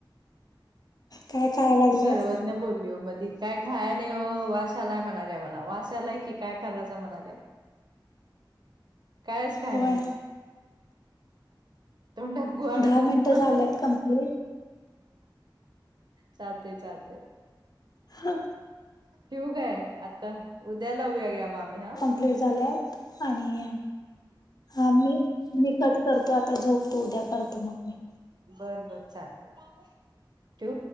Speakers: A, on the left (about 50°); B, on the right (about 55°).
A: काय खायला लागलेत
B: ती सर्वज्ञ बोलली म त काय खायने वाश्यालाय म्हणाल्या मला वाशाला की काय खायलाच म्हणाल्या कायच खाय
A: होय
B: नाही तोंडात गुहा टाकला
A: दहा मिनटं झाल्यात कंप्लीट
B: चालते चालते
A: हा
B: ठठीूक आहे आता उद्याला उया घ्या मग आम्ही हा
A: झात आणि आ म निकट करतो आता झोपतो उद्या करतो मग मी
B: बर बर चालत ठू